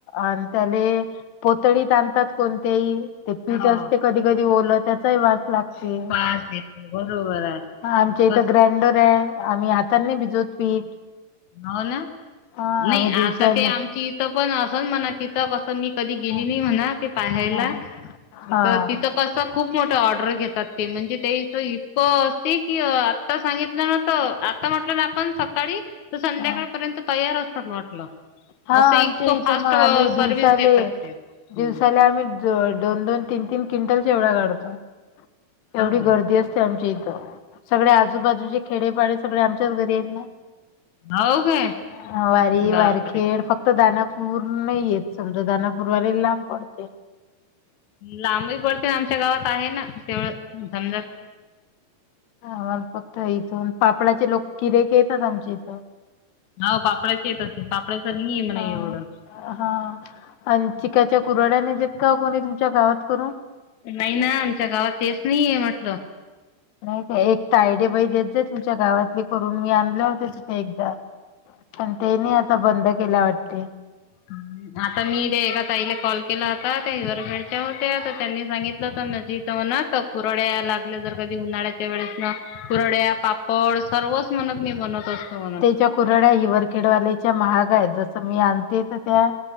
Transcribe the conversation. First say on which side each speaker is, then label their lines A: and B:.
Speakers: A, on the left (about 80°); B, on the left (about 60°).
A: आणि त्याले पोतळीत आणतात कोणतेही ते पीठ
B: हो
A: असते कधी कधी कधी ओल त्याचाही वाज लागतो
B: वास येते बरोबर आहे
A: हां ते
B: कस
A: तर ग्रँडर आहे आम्ही तनी भिजलो पीठ
B: हो ना
A: हा
B: नाही
A: आम्ही दिवसाले
B: आता ते आमची इथं पण असल म्हणा तिथं मी कधी
A: हा
B: गेली नाही म्हणा ते पाहायला
A: हा हा
B: तिथं कसं खूप मोठ्या ऑर्डर घेतात ते म्हणजे तेच इतकं अस कि आता सांगितलं ना तर आता म्हटलं ना आपण सकाळी तर संध्याकाळपर्यंत
A: हा
B: तयार असतात ना म्हटलं.
A: हा
B: असं इतकं
A: आमच्या इथं
B: फास्ट
A: मग आम्ही दिवसाले
B: सर्विस देतात ते. हो
A: दिवसाले आम्ही दोन दोन तीन तीन क्विंटल चिवडा काढतो एवढी
B: काय
A: गर्दी असते. आमचे इथं सगळ्या आजूबाजूचे खेडेपाडे सगळे आमच्याच घरी येईल ना.
B: होऊ काय
A: ह वारी
B: बापरे.
A: वारखेड फक्त दानापूर नाही येत समजा दानापूरवाले लांब पडते.
B: लांबही पडते आमच्या गावात आहे ना तेवढं समजा.
A: ह मला फक्त इथून पापडाचे लोक किरक येतात आमच्या इथं.
B: हो पापड्याची येत असते पापड्याच नाही म्हणा
A: हा
B: एवढं.
A: हा आणि चिकाच्या कुरड्याने देत का कोणी तुमच्या गावात करून.
B: नाही ना आमच्या गावात तेच नाहीये म्हटलं.
A: नाही काय एक तायडे बाई देत जा तुमच्या गावातली करून मी आणले होते तिथे एकदा. पण तेनी आता बंद केल्या वाटते.
B: हम्म आता मी त्या एका ताईला कॉल केला होता त्या हिर फेडच्या होत्याता त्यांनी सांगितलं होत मी इथं <unintelligible> कुरडया लागल्या जर कधी उन्हाळ्या त्या वेळेस ना कुरड्या पापड सर्वच म्हणत मी बनत असतो म्हणत.
A: च्या कुरड्या हि ववरखेडवालेच्या महाग आहेत जसं मी आणते तर त्या.